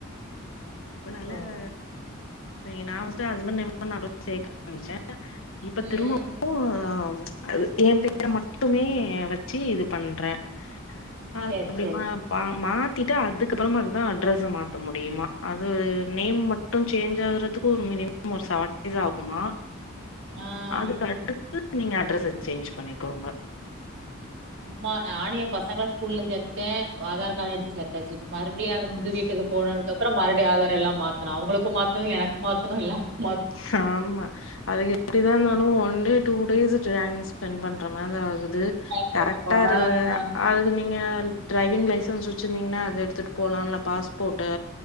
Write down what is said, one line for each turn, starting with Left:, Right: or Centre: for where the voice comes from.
Left: அதனால
Right: ஓ
Left: <inaudible> <inaudible> நா வந்து ஃபஸ்ட் ஹஸ்பண்ட் நேம் <inaudible> இப்ப
Right: ம்
Left: திரும்பவு
Right: ம்
Left: அது எ பேர மட்டுமே வச்சு இது பண்றே அது
Right: சேரி
Left: அப்படிதா
Right: சேரி
Left: பா மா துட்டு அதுக்கப்புறமா இரு அட்ரஸ மாத்த முடியுமா அது நேம் மட்டும் சேஞ்ச் ஆகுறதுக்கு ஒரு மினிமம் ஒரு செவன் டேஸ் ஆகுமா
Right: ஆ
Left: அதுக்கடுத்து நீங்க அட்ரஸ சேஞ்ச் பண்ணிக்கோங்க
Right: ஆம்மா நானு எ பசங்கள ஸ்கூல்ல சேத்துட்டே ஆதார் நாங்க எடுத்து சாப்டாச்சு இப்ப மறுபடியு அங்க
Left: ம்.
Right: புது வீட்டுக்கு போனது அதுக்கப்பறோ மறுடி ஆதாரெல்லா மாத்தணு அவுங்களுக்கு மாத்தணு எனக்கு மாத்தணு எ
Left: ஹாமா அது எப்டிதாருந்தாலு one day two days time spend பண்ற மாரி ஆகு டு
Right: ஆ
Left: கரெக்டா இருக்குற
Right: ஆ,
Left: அதுக்கு நீங்க ஆ டிரைவிங் லைசன்ஸ் வச்சிருந்தீங்கன்னா அத எடுத்துட்டு போகலாம் இல்ல பாஸ்போர்ட்டு